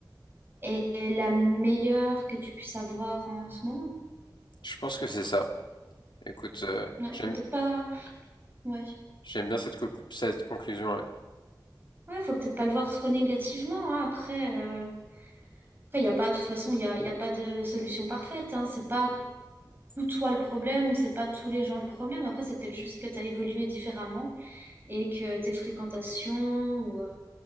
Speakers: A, on the right; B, on the left.
A: est est la meilleure que tu puisses avoir en ce moment.
B: Je pense que c'est ça. Écoute, euh,
A: Ouais,
B: j'aime,
A: faut peut-être pas. Ouais.
B: j'aime bien cette, co- cette conclusion. ouais.
A: Ouais, faut peut-être pas le voir trop négativement, hein. Après, euh, après, y a pas, de toute façon, il y a, y a pas de solution parfaite, hein. C'est pas tout toi le problème ou c'est pas tous les gens le problème. Après, c'est peut-être juste que t'as évolué différemment et que tes fréquentations ou euh,